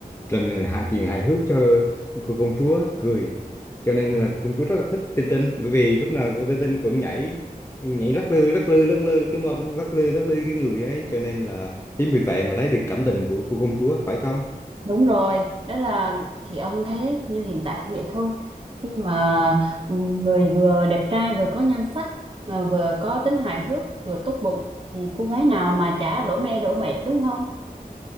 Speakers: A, on the left; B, on the right.
A: làm hài chuyện hài hước cho cô công chúa cười cho nên là công chúa rất là thích tinh tinh bởi vì lúc nào con tinh tinh cũng nhảy nhảy lắc lư lắc lư lắc lư cái mông lắc lư lắc lư cái người ấy cho nên là chính vì vậy mà lấy được cảm tình của cô công chúa phải không
B: Đúng rồi, đó là thì ông thấy đấy, như hiện tại cũng vậy thôi. Khi mà người vừa đẹp trai vừa có nhan sắc mà vừa có tính hài hước, vừa tốt bụng thì cô gái nào mà chả đổ mê đổ mệt đúng không?